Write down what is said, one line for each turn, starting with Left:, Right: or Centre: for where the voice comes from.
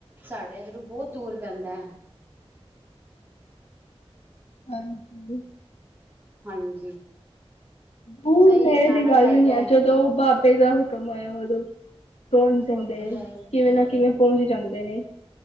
Right: ਸਾਡੇ ਇੱਧਰੋਂ ਬਹੁਤ ਦੂਰ ਪੈਂਦਾ।
Left: ਹਾਂਜੀ
Right: ਹਾਂਜੀ
Left: ਹੂੰ
Right: ਸਹੀ
Left: ਨੇੜੇ
Right: ਹੈ ਜਾਣਾ
Left: ਤੇ ਗੱਲ
Right: ਚਾਹੀਦਾ
Left: ਵੀ ਨੀ ਹੈ। ਜਦੋਂ ਬਾਬੇ ਦਾ ਹੁਕਮ ਹੋਇਆ ਉਹਦੋਂ ਸੋਣ ਦਿੰਦੇ
Right: ਉਹ ਤਾਂ ਹੈ ਹੀ,
Left: ਕਿਵੇਂ ਨਾ ਕਿਵੇਂ ਪਹੁੰਚ ਹੰ ਜਾਂਦੇ ਨੇ।